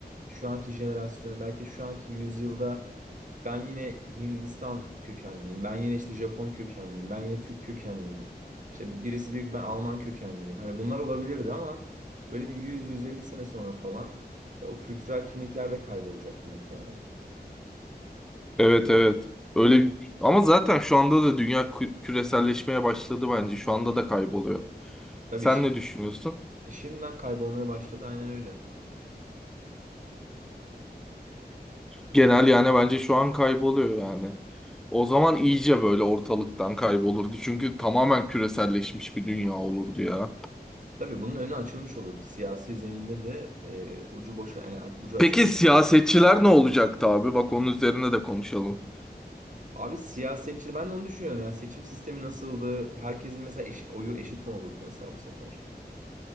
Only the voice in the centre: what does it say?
Evet evet. Öyle bir- ama zaten şu anda da dünya kü- küreselleşmeye başladı bence. Şu anda da kayboluyor.
Sen
ne düşünüyorsun?
Genel yani bence şu an kayboluyor yani. O zaman iyice böyle ortalıktan kaybolurdu. Çünkü tamamen küreselleşmiş bir dünya olurdu ya.
Peki
siyasetçiler ne olacaktı abi? Bak onun üzerine de konuşalım.